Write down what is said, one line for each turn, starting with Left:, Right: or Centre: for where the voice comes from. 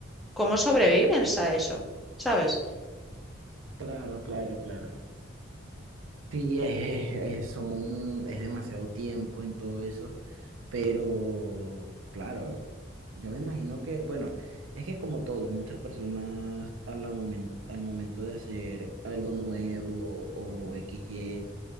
Centre: ¿cómo sobrevives a eso? ¿Sabes?
Right: claro, claro, claro. Sí, es, es- es- son, es demasiado tiempo en todo eso. Pero, claro, yo me imagino que, bueno, es que como todos, muchas personas a la momen- al momento de hacer algo nuevo o XY,